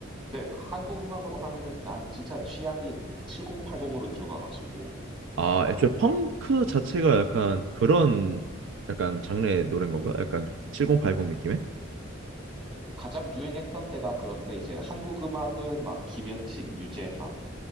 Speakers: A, on the right (about 25°); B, on the right (about 75°).
A: 근데 그 한국 음악으로 하면은 난 진짜 취향이 7080으로 들어가가지고
B: 아, 애초에 펑크 자체가 약간 그런 약간 장르의 노래인
A: 음.
B: 건가? 약간 7080 느낌의?
A: 가장 유행했던 때가 그런데 이제 한국 음악은 막 김현식, 유재하